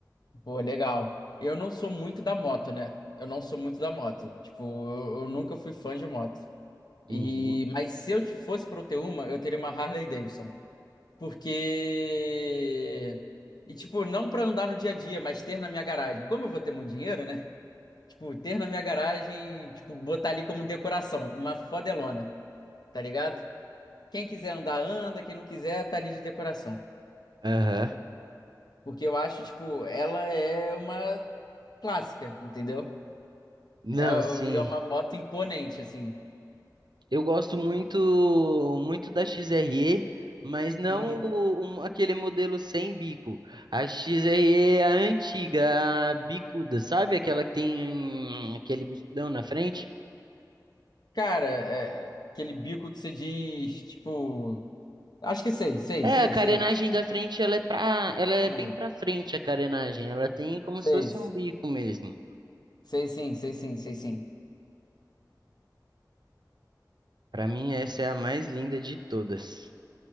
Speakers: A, on the left; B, on the right.
A: Pô, legal. Eu não sou muito da moto, né? Eu não sou muito da moto. Tipo, eu, eu nunca fui fã de moto. E,
B: Uhum.
A: mas se eu te- fosse pra eu ter uma, eu teria uma Harley Davidson. Porque. E, tipo, não pra andar no dia a dia, mas ter na minha garagem. Como eu vou ter muito dinheiro, né? Tipo, ter na minha garagem, tipo, botar ali como decoração, uma fodelona. tá ligado? Quem quiser andar, anda, quem não quiser, tá ali de decoração.
B: Aham.
A: Porque eu acho, tipo, ela é uma clássica, entendeu?
B: Não,
A: É,
B: sim.
A: e é uma moto imponente, assim.
B: Eu gosto muito muito da XRE, mas não
A: Uhum.
B: o- um- aquele modelo sem bico. A XRE é a antiga, a bicuda, sabe? Aquela que tem aquele bicudão na frente.
A: Cara, é, aquele bico que você diz, tipo. Acho que sei, sei,
B: É,
A: sei,
B: a carenagem
A: sei.
B: da frente, ela é pra, ela é
A: Sei,
B: bem pra frente a carenagem. Ela tem como
A: sei,
B: se fosse um bico mesmo.
A: sei sim, sei sim, sei sim.
B: Pra mim, essa é a mais linda de todas.